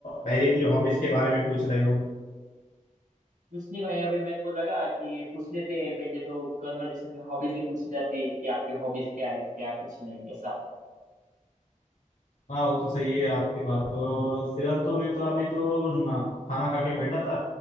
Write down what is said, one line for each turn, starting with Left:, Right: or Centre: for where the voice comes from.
Left: डायरेक्टली हॉबीज के बारे में पूछ रहे हो
Right: कुछ नहीं भाई अभी मेरे को लगा कि पूछ लेते हैं पहले तो कन्वर्जेशन में हॉबीज ही पूछी जाती है कि आपकी हॉबीज क्या है क्या कुछ नहीं ऐसा
Left: हाँ वो तो सही है आपकी बात तो फिलहाल तो मैं तो अभी तो ना खाना खा के बैठा था